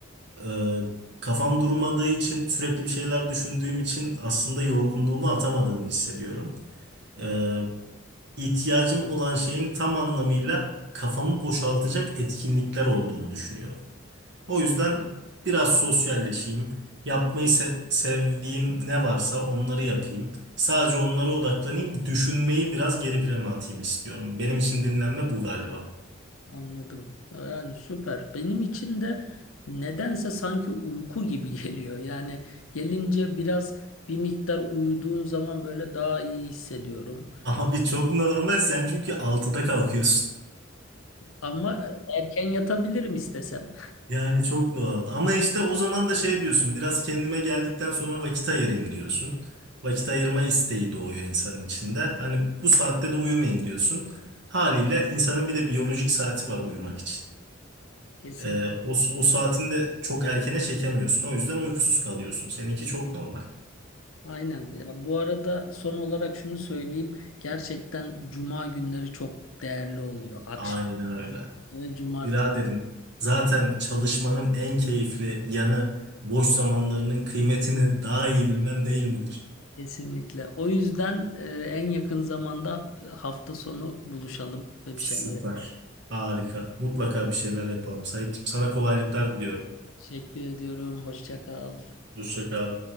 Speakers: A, on the right; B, on the left.
A: Ee, kafam durmadığı için sürekli bir şeyler düşündüğüm için aslında yorgunluğumu atamadığımı hissediyorum. Ee, ihtiyacım olan şeyin tam anlamıyla kafamı boşaltacak etkinlikler olduğunu düşünüyorum. O yüzden biraz sosyalleşeyim. Yapmayı se- sevdiğim ne varsa onları yapayım. Sadece onlara odaklanayım. Düşünmeyi biraz geri plana atayım istiyorum. Benim için dinlenme bu galiba.
B: anladım. Yani süper. Benim için de nedense sanki uyku gibi <laughs> geliyor. Yani gelince biraz bir miktar uyuduğum zaman böyle daha iyi hissediyorum.
A: Abi çok normal sen çünkü altıda kalkıyorsun.
B: Ama erken yatabilirim istesem.
A: Yani çok doğal. Ama işte o zaman da şey diyorsun biraz kendime geldikten sonra vakit ayırayım diyorsun. Vakit ayırma isteği doğuyor insanın içinde. Hani bu saatte de uyumayayım diyorsun. Haliyle insanın bir de biyolojik saati var uyumak için.
B: <laughs> Kesin.
A: Ee, o, o saatini de çok erkene çekemiyorsun. O yüzden uykusuz kalıyorsun. Seninki çok normal.
B: Aynen. Ya bu arada son olarak şunu söyleyeyim. Gerçekten cuma günleri çok değerli oluyor. Akşam
A: Aynen öyle.
B: <laughs> ve cumartesi.
A: Biraderim zaten çalışmanın en keyifli yanı boş zamanlarının kıymetini daha iyi bilmen değil midir?
B: Kesinlikle. O yüzden e, en yakın zamanda e, hafta sonu buluşalım ve
A: Süper.
B: bir şeyler yapalım.
A: Harika. Mutlaka bir şeyler yapalım Saitçiğim. Sana kolaylıklar diliyorum.
B: Teşekkür ediyorum. Hoşça kal.
A: Hoşça kal.